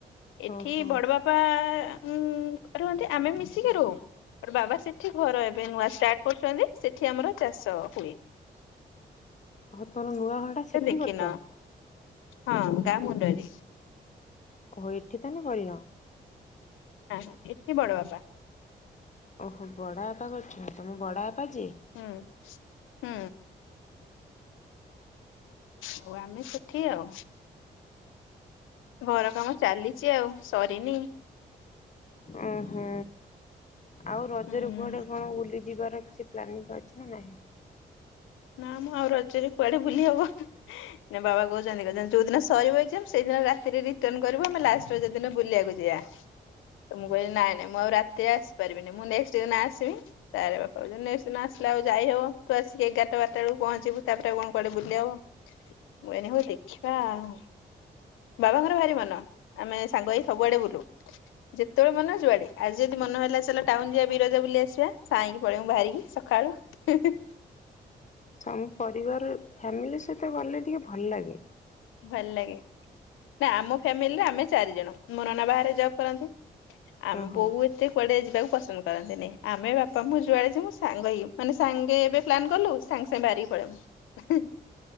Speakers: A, on the left (about 80°); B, on the left (about 35°).
A: ଏଠି
B: ଓହୋ
A: ବଡ ବାପା ଉଁ ରୁହନ୍ତି ଆମେ ମିଶିକି ରହୁ ବାବା ସେଠି ଘର ଏବେ ନୂଆଷ୍ଟାର୍ଟ କରୁଛନ୍ତି ସେଠି ଆମର ଚାଷ ହୁଏ।
B: ହଉ ତୋର ନୂଆଖର ଟା
A: ତ
B: ସେଠି
A: ଦେଖିନ
B: କରୁଛ?
A: ହଁ ଗାମଣ୍ଡରେ।
B: ଓହୋ ଏଠି ତାନେ କରିିନ?
A: ନା ନା ଏଠି ବଡ଼ ବାପା
B: ଓହୋ ବଡ଼ ବାପା କରୁଛନ୍ତି ତମ ବଡ଼ ବାପା ଯିଏ?
A: ହୁଁ। ହୁଁ। ଆଉ ଆମେ ସେଠି ଆଉ। ଘର କାମ ଚାଲିଛି ଆଉ ସରିନି
B: ଓହୋ ଆଉ ରଜରେ
A: ହୁଁ।
B: କୁଆଡେ କଣ ବୁଲିଯିବାର କିଛି ପ୍ଲାନିଂ ଅଛି ନା ନାହିଁ?
A: ନା ମୁଁ ଆଉ ରଜରେ କୁଆଡେ ବୁଲିବାକୁ ନା ବାବା କହୁଛନ୍ତି କଛନ୍ତି ଯୋଉ ଦିନ ସରିବ ସେଇଦିନ ରାତିରେ ରିଟର୍ନଣ କରୁ ଆମେ ଲାଷ୍ଟ ରଜ ଦିନ ବୁଲିବାକୁ ଯିବାକୁ ଯିଆ। ତ ମୁଁ କହିଲି ନାଇଁନାଇଁ ମୁଁ ଆଉ ରାତିରେ ଆସି ପାରିବିନି ମୁଁ ନେଷ୍ଟ ଦିନ ଆସିବି ତାପରେ ବାପା କହୁଛନ୍ତି ନେଷ୍ଟେ ଦିନ ଆସି ଲେ ଆଉ ଯାଇହବ ତୁ ଆସିକି ଏଗାର ଟା ଟା ବାରଟା ବେଳକୁ ପହଞ୍ଚିବୁ ତାପରେ ଆଉ କଣ କୁଆଡେ ବୁଲି ହବ ମୁଁ କହିଲି ହୋଉ ଦେଖିବା ଆଉ। ବାବାଙ୍କର ଭାରି ମନ ଆମେ ସାଙ୍ଗ ହେଇ ସବୁଆଡେ ବୁଲୁ ଯେତେବେଳେ ମନ ଯୁଆଡେ ଆଜି ଯଦି ମନ ହେଲା ଚାଲ ଟାଉନ ଯିବା ବିରଜା ବୁଲି ଆସିବା ସାଇଁକି ପଳେଇବୁ ବାହାରିକି ସକାଳୁ ହୁଁ ହୁଁ।
B: ସ ପରିବାର ଫ୍ୟାମିଲି ସହିତ ଗଲେ ଟିକେ ଭଲ ଲାଗେ।
A: ଭଲ ଲାଗେ ନା ଆମ ଫ୍ୟାମିଲିରେ ଆମେ ଚାରି ଜଣ। ମୋ ନନା ବାହାରେ ଜବ୍ କରନ୍ତି। ଆମେ
B: ଓହୋ।
A: ବୋଉ ଏତେ କୁଆଡେ ଯିବାକୁ ପସନ୍ଦ କରନ୍ତି ନି। ଆମେ ବାପା ମୁଁ ଯୁଆଡେ ଯିବୁ ସାଙ୍ଗ ମାନେ ସାଙ୍ଗେ ଏବେ ପ୍ଲାନ୍ କଲୁ ସାଙ୍ଗେ ସାଙ୍ଗେ ବାହାରି କି ପଳେଇବୁ ହୁଁ ହୁଁ।